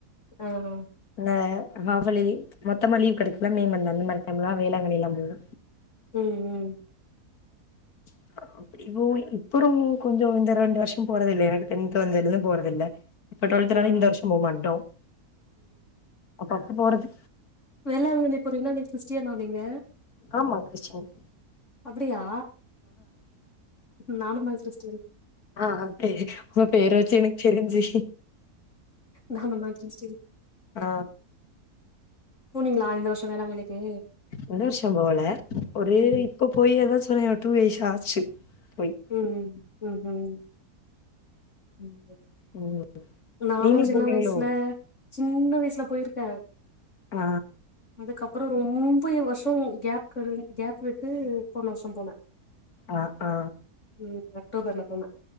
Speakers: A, on the left (about 50°); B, on the left (about 70°).
A: ஆ ஆ
B: இந்த ஹஃபலி மொத்தமா லீவு கெடைக்குல மே மந்து அந்த மாரி டைம்லா வேளாங்கண்ணில்லா போவோ
A: ம் ம்
B: <unintelligible> இப்போ இப்பறோ கொஞ்சோ இந்த ரெண்டு வருஷோ போறதில்ல எனக்கு டென்த் வந்ததுல இருந்து போறதில்ல இப்போ டு்வெல்த்னால
A: ம்
B: இந்த வருஷோ போ மாட்டோ அதுக்கடுத்து போறது
A: வெளாங்கண்ணி போறீங்கன்னா நீங்க கிறிஸ்டியானா நீங்க
B: ஆமா கிறிஸ்டின்.
A: அப்டியா நானு மை கிறிஸ்டின்
B: ஆ ஆ தெரியு உங்க பேர வெச்சே எனக்கு தெரிஞ்சி
A: நானுந்தா கிறிஸ்டின்
B: ஆ
A: போனீங்களா இந்த வருஷோ வேளாங்கண்ணிக்கு
B: இந்த வருஷோ போவல ஒரு
A: ம்
B: இப்ப போய் ஏதா சொன்னனே டூ இயர்ஸ் ஆச்சு போய்.
A: ம் ம் ம் ம் ம்ப
B: ம்
A: நானு
B: நீங்களும்
A: சின்ன
B: போவீங்களோ?
A: வயசுல சின்ன வயசுல போயிருக்கே
B: ஆ
A: அதுக்கப்றோ ரொம்பயு வருஷோ கேப் க கேப் விட்டு போன வருஷோ போன
B: ஆ ஆ
A: ம் அக்டோபர்ல போன